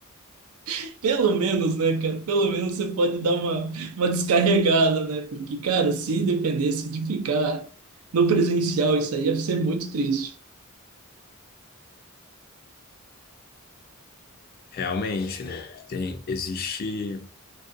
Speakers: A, on the right; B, on the left.
A: <laughs> Pelo menos, né, cara? Pelo menos você pode dar uma, uma descarregada, né? Porque, cara, se dependesse de ficar no presencial, isso aí ia ser muito triste.
B: Realmente, né? Tem, existe